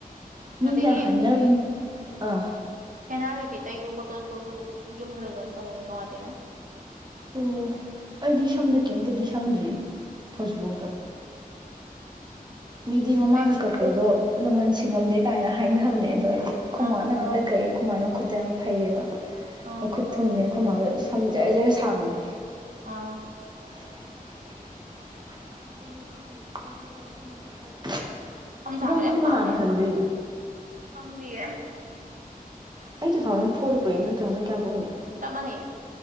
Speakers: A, on the right (about 30°); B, on the right (about 60°).
A: ꯃꯤꯅ
B: ꯑꯗꯒꯤ
A: ꯍꯥꯏꯅ ꯑꯥ
B: ꯍꯦꯟꯅꯥ ꯀꯩ ꯀꯩ ꯇꯩ <unintelligible> ꯌꯨꯝꯗ ꯂꯩꯕ ꯅꯠꯇꯕꯅꯤꯅ ꯅꯨꯡꯉꯥꯏꯇꯦꯅ
A: ꯑꯣ ꯑꯩꯗꯤ ꯁꯝꯗ ꯀꯔꯤꯝꯇꯗꯤ ꯁꯪꯗ꯭ꯔꯤ ꯍꯧꯖꯤꯛꯐꯎꯗ ꯃꯤꯗꯤ ꯃꯃꯥꯅ
B: ꯑꯩ
A: ꯀꯛꯄꯗꯣ ꯂꯃꯟ ꯁꯤꯉꯝꯗꯦ ꯀꯥꯏꯅ ꯍꯥꯏꯅꯕꯅꯦ ꯑꯗꯣ ꯑꯩꯗꯤ ꯈꯣꯃꯥꯅ
B: ꯑ
A: ꯉꯥꯛꯇ ꯀꯛꯑꯦ ꯈꯣꯏꯃꯥ ꯃꯈꯨꯠꯇꯣ ꯌꯥꯝ ꯐꯩꯌꯦꯕ
B: ꯑꯥ
A: ꯃꯈꯨꯠ ꯊꯨꯝꯃꯦ ꯈꯣꯏꯃꯥꯗꯨ ꯁꯝ ꯖꯔ ꯖꯔ ꯁꯥꯡꯉꯦ
B: ꯑꯥ
A: <inaudible>
B: ꯁꯝ ꯁꯥꯡꯕꯗꯤ ꯌꯥꯝ
A: ꯀꯅꯥꯅ
B: ꯄꯥꯝꯃꯦ ꯑꯗꯣ
A: ꯍꯟꯗꯣꯏꯅꯣ
B: ꯈꯪꯗꯤꯌꯦ
A: ꯑꯩ ꯇꯨ ꯊꯥꯎꯖꯟ ꯐꯣꯔꯗ ꯄꯣꯛꯏ ꯅꯪ ꯇꯨ ꯊꯥꯎꯖꯟ ꯀꯌꯥꯗ ꯄꯣꯛꯏꯅꯣ
B: ꯆꯞ ꯃꯥꯟꯅꯩꯌꯦ